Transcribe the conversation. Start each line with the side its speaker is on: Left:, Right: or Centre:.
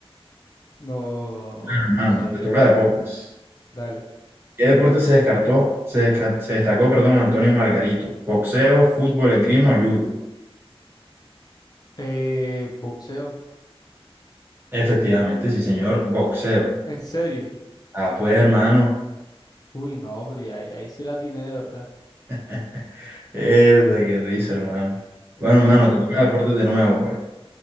Left: No, no, no,
Right: Hermano,
Left: no, no sabía.
Right: te toca deportes.
Left: Dale.
Right: ¿Qué deporte se descartó, se, desca- se destacó, perdón, Antonio Margarito? ¿Boxeo, fútbol, esgrima o judo?
Left: Eh, boxeo.
Right: Efectivamente, sí, señor, boxeo.
Left: ¿En serio?
Right: Ah, pues, hermano.
Left: Uy, no, pero ahí, ahí sí la atiné de verdad.
Right: <laughs> Mierda, qué risa, hermano.
Left: Oh,
Right: Bueno, hermano,
Left: bueno.
Right: te toca deportes de nuevo, pues.